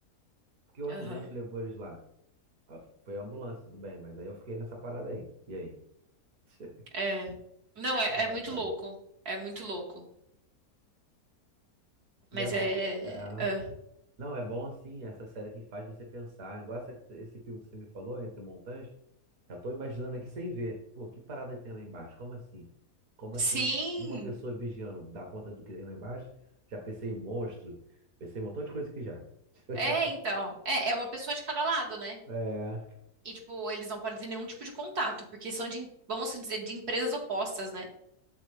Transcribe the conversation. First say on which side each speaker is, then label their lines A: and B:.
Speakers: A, on the right; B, on the right.
A: Por que o acidente
B: Aham.
A: levou eles lá? Ah, Foi a ambulância, tudo bem, mas aí eu fiquei nessa parada aí. E aí? <laughs>
B: É. Não, é, é muito
A: É.
B: louco, é muito louco.
A: E
B: Mas
A: é bom.
B: é.
A: É.
B: é.
A: Não, é bom assim, essa série que faz você pensar. Igual essa, esse filme que você me falou, Entre Montanhas, já tô imaginando aqui sem ver. Pô, que parada tem lá embaixo? Como assim? Como assim
B: Sim,
A: um- uma pessoa vigiando dá conta do que tem lá embaixo? Já pensei em monstro, pensei em um montão de coisa que já. <laughs>
B: é, então. É, é uma pessoa de cada lado, né?
A: É.
B: E, tipo, eles não podem ter nenhum tipo de contato, porque são de, vamos assim dizer, de empresas opostas, né?